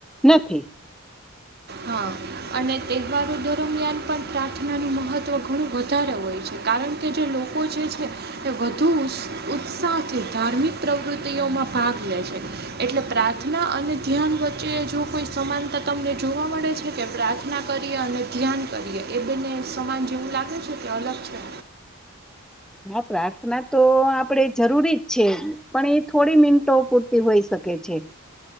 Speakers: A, in the centre; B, on the right.
A: નથી.
B: હા અને તહેવારો દરમિયાન પણ પ્રાર્થનાનું મહત્ત્વ ઘણું વધારે હોય છે કારણ કે જે લોકો જે છે એ વધુ ઉત્સાહથી ધાર્મિક પ્રવૃત્તિઓમાં ભાગ લે છે એટલે પ્રાર્થના અને ધ્યાન વચ્ચે જો કોઈ સમાનતા તમને જોવા મ પડે છે કે પ્રાર્થના કરીએ અને ધ્યાન કરીએ એ બંને સમાન જેવું લાગે છે કે અલગ છે.
A: હા પ્રાર્થના તો આપણેે જરૂરી જ છે પણ એ થોડી મિનટો પૂરતી હોઈ શકે છે.